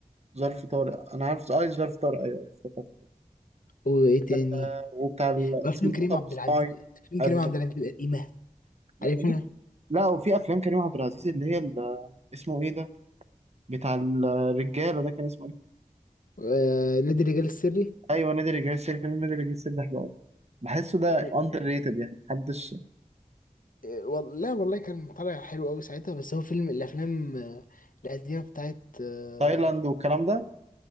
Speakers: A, on the right (about 50°); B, on the left (about 70°).
A: ظرف طارق أنا عارف أي ظرف طارق أيوه أيوه افتكرت
B: وايه تاني
A: آه، وبتاع ال...
B: وافلام
A: اسمه ده
B: كريم
A: مطب
B: عبد
A: صناعي
B: العزيز افلام
A: حلو.
B: كريم عبد العزيز القديمه
A: لا
B: عارفها
A: لا وفي أفلام كريم عبد العزيز اللي هي ال... اسمه إيه ده بتاع الرجالة ده كان اسمه إيه
B: آه نادي الرجال السري
A: أيوه نادي الرجال السري فيلم نادي الرجال السري ده حلو أوي بحسه ده
B: لا
A: أندر ريتد يعني محدش
B: آه، وال- لا والله كان طالع حلو قوي ساعتها بس هو فيلم الافلام آه، القديمه بتاعت آه
A: تايلاند والكلام ده